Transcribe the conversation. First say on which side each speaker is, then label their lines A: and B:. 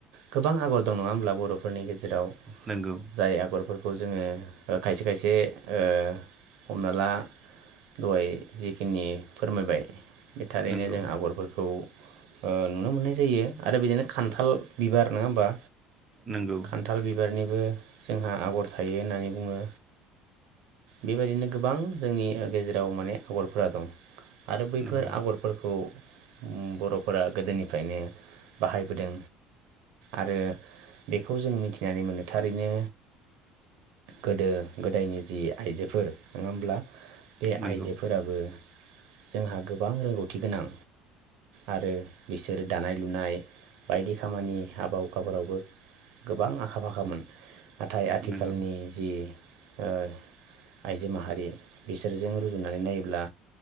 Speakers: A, on the right (about 70°); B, on the right (about 20°).
A: गोबां आगर दं नङा होमब्ला बर'फोरनि गेजेराव जेराव
B: नंगौ
A: जाय आगर बे खौ जोङो खायसे खायसे ओ हमना ला दहाय जिखिनि फोरमायबाय बे थारैनो
B: नंगौ
A: जों आगरफोरखौ ओ नुनो मोननाय जायो आरो बिदिनो खान्थाल बिबार नङा होमबा
B: नंगौ
A: खान्थाल बिबारनि बो जोंहा आगर थायो होननानै बुङो बेबायदिनो गोबां जोंनि गेजेराव माने आगरफोरा दं आरो बैफोर
B: नंगौ
A: आगरफोरखौ बर'फोरा गोदोनिफ्रायनो बाहायबोदों आरो बेखौ जों मिथिनानै मोनो थारैनो गोदो गोदायनि जि आइजोफोर नङा होमब्ला बे
B: नंगौ
A: आइजोफोराबो जोंहा गोबां रोंगौथि गोनां आरो बिसोरो दानाय लुनाय बायदि खामानि हाबा हुखाफोरावबो गोबां आखा फाखामोन नाथाय आथिखालनि
B: नंगौ
A: जि ओ आइजो माहारि बिसोरजों रुजुनानै नायोब्ला